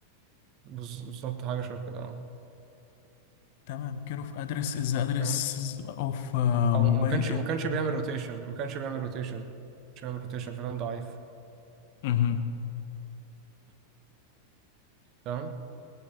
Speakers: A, on the right (about 35°); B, on the left (about 50°).
A: بالظبط حاجه شبه كده اه
B: تمام كير اوف ادرس از ادرس
A: فاهم
B: اوف
A: او
B: موبايل
A: ما كانش
B: ات.
A: ما كانش بيعمل روتيشن ما كانش بيعمل روتيشن مش بيعمل روتيشن فكان ضعيف
B: ايه
A: تمام